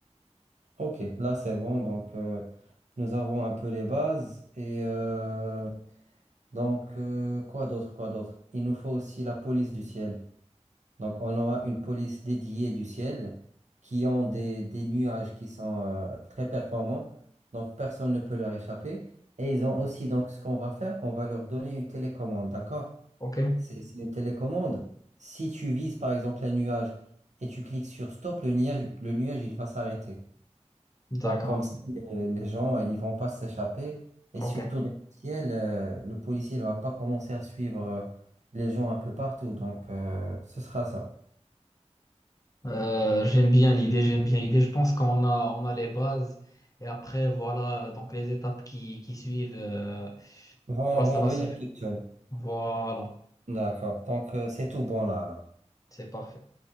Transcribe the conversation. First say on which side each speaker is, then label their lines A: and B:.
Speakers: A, on the right (about 85°); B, on the left (about 30°).
A: Ok, là c'est bon. Donc euh, nous avons un peu les bases. Et euh, donc, euh, quoi d'autre, quoi d'autre? Il nous faut aussi la police du ciel. Donc, on aura une police dédiée du ciel qui ont des, des nuages qui sont euh, très performants. Donc, personne ne peut leur échapper. Et ils ont aussi, donc, ce qu'on va faire, on va leur donner une télécommande, d'accord?
B: OK.
A: C'est c'est une télécommande. Si tu vises, par exemple, un nuage et tu cliques sur stop, le nuage, le nuage, il va s'arrêter.
B: D'accord.
A: Donc, comme ça, les, les gens, ils vont pas s'échapper. Et
B: OK.
A: surtout, dans le ciel, euh, le policier ne va pas commencer à suivre euh, les gens un peu partout. Donc, euh, ce sera ça.
B: Euh, j'aime bien l'idée, j'aime bien l'idée. Je pense qu'on a, on a les bases et après, voilà, donc les étapes qui, qui suivent, euh,
A: Vont,
B: voilà, ça
A: vont
B: va
A: venir
B: se faire.
A: toutes seules.
B: Voilà,
A: D'accord. Donc, euh, c'est tout bon là, alors.
B: c'est parfait.